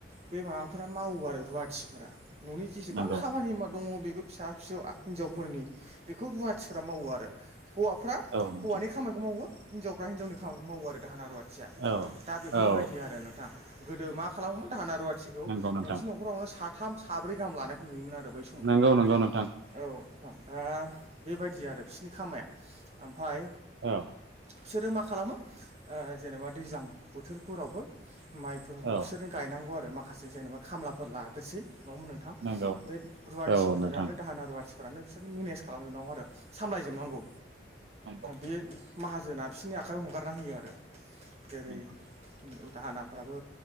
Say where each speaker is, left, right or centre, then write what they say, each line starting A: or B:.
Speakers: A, on the right; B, on the right.
A: बे माबाफोरा मावो आरो रुवाथिफोरा। न'नि जेसेबां
B: नंगौ
A: खामानि दङ बेबो फिसा फिसौआ हिनजावफोरनि बेखौ रुवाथिफ्रा मावो आरो। हौवाफ्रा
B: औ नोंथां
A: हौवानि खामानिखौ मावो हिनजावफ्रा हिनावनि खामानिखौ मावो आरो दाहोना रुवा थिया।
B: औ
A: दा बेफोरबायदि
B: औ
A: आरो नोंथां गोदो मा खालामोमोन दाहोना रुवथिखौ
B: नंगौ नोंथां
A: मोनसे न'खरावनो साथाम साब्रै गाहाम लानायखौ नुयोमोन आरो बै समावहाय।
B: नंगौ नंगौ नोंथां
A: औ नोंथां दा बेबायदि आरो बिसिनि खामाया। ओमफाय
B: औ
A: बिसोरो मा खालामो जेनेबा दैज्लां बोथोरफोरावबो माइफोरखौ
B: औ
A: बिसोरनो गायनांगौ आरो माखासे जेनेबा खामलाफोर लादेरसै नङा होनबा नोंथां
B: नंगौ
A: बे रुवाथिफोरानो
B: औ नोंथां
A: दाहोना रुवाथि फोरानो बिसोरनो मेनेज खालामजोबनांगौ आरो सामलायजोबनांगौ
B: नंगौ
A: बे माहाजोना बिसोरनि आखाइयाव हगारना होयो आरो जेरै
B: नंगौ
A: दाहोनाफ्राबो